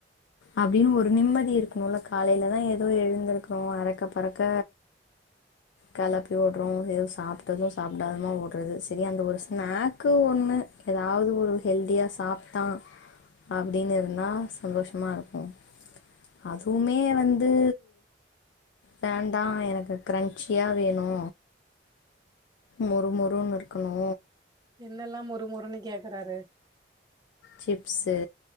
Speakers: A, on the left; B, on the right.
A: அப்டின்னு ஒரு நிம்மதி இருக்கணுல்ல காலைல தா ஏதோ எழுந்திருக்றோ அறக்க பறக்க கெளப்பி வுட்றோ எதோ சாப்ட்டது சாப்டாமாதோ உட்றது சரி அந்த ஒரு ஸ்நேக்கு ஒன்னு ஏதாவது ஒரு ஹெல்த்தியா சாப்ட்டா அப்டின் இருந்தா சந்தோஷோ மா இருக்கும் அதுவுமே வந்து வேண்டா எனக்கு க்ரன்ச்சியா வேணு மொறு மொறுன்னு இருக்கணு
B: என்னெல்லா மொறு மொறுன்னு கேக்கறாரு
A: சிப்ஸ்சு